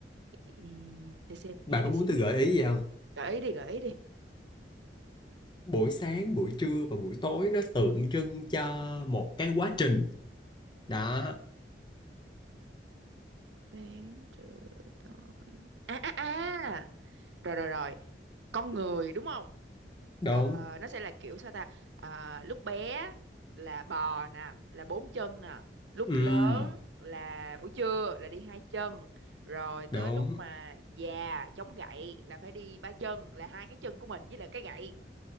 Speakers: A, on the right; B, on the left.
A: Ừ, Để xem
B: Bà
A: nha, để
B: có muốn
A: suy
B: tôi
A: nghĩ
B: gợi
A: nè.
B: ý gì
A: Gợi ý đi, gợi ý đi.
B: buổi sáng buổi trưa và buổi tối nó tượng trưng cho một cái quá trình đó
A: Sáng trưa tối. À à à. Rồi rồi rồi. Con người đúng không?
B: đúng
A: Ờ, nó sẽ là kiểu sao ta Ờ, lúc bé là bò nè là bốn chân nè lúc
B: Ừm,
A: lớn là buổi trưa là đi hai chân rồi tới
B: đúng
A: lúc mà già chống gậy là phải đi ba chân là hai cái chân của mình với lại cái gậy